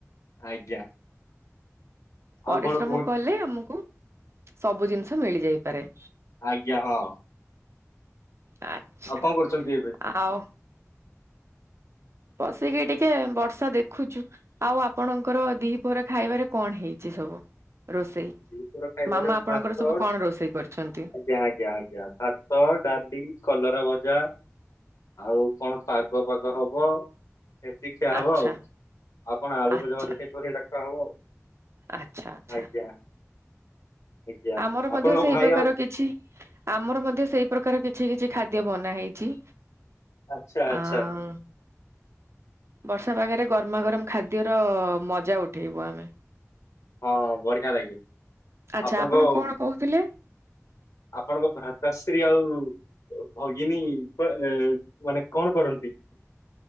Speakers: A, on the left (about 85°); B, on the right (about 55°).
A: ଆଜ୍ଞା।
B: ପରିଶ୍ରମ
A: ଆଉ କଣ କୁହନ୍ତୁ
B: କଲେ ଆମକୁ ସବୁ ଜିନିଷ ମିଳିଯାଇପାରେ।
A: ଆଜ୍ଞା ହଁ।
B: ଆଛା,
A: ଆଉ କଣ କରୁଛନ୍ତି ଏବେ?
B: ଆଉ ବସିକି ଟିକେ ବର୍ଷା ଦେଖୁଚୁ। ଆଉ ଆପଣଙ୍କର ଦି ପହର ଖାଇବାରେ କଣ ହେଇଚି ସବୁ? ରୋଷେଇ,
A: ଦିପହର ଖାଇବାରେ
B: ମାମା ଆପଣଙ୍କର
A: ଭାତ
B: ସବୁ କଣ ରୋଷେଇ କରିଛନ୍ତି?
A: ଆଜ୍ଞା ଆଜ୍ଞା, ଆଜ୍ଞା, ଭାତ୍ ଭାତ, ଡାଲି, କଲରା ଭଜା, ଆଉ କଣ ପାଗ ଫାଗ ହବ। ସେତିିକି ଖିଆ ହବ
B: ଆଚ୍ଛା
A: ଆଉ କଣ ଆଳୁ
B: ଆଚ୍ଛା
A: ଭଜା ଫଜା କରି ଡାକା ହବ।
B: ଆଚ୍ଛା ଆଚ୍ଛା।
A: ଆଜ୍ଞା ଆଜ୍ଞା
B: ଆମର ମଧ୍ୟ
A: ଆପଣଙ୍କ
B: ସେଇ
A: ଭାଇ
B: ପ୍ରକାର
A: ଆଉ
B: କିଛି ଆମର ମଧ୍ୟ ସେଇ ପ୍ରକାର କିଛି କିଛି ଖାଦ୍ୟ ବନା ହେଇଛି।
A: ଆଚ୍ଛା ଆଚ୍ଛା
B: ଆଁ ବର୍ଷା ପାଗରେ ଗରମା ଗରମ ଖାଦ୍ୟର ମଜା ଉଠେଇବୁ ଆମେ।
A: ହଁ ବଢିଆ ଲାଗେ
B: ଆଚ୍ଛା
A: ଆପଣଙ୍କୁ
B: ଆପଣ କଣ କହୁଥିଲେ?
A: ଆପଣଙ୍କ ଭ୍ରାତା ଶ୍ରୀ ଆଉ ଭଗିନୀ କୁ ଆ ମାନେ କଣ କରନ୍ତି?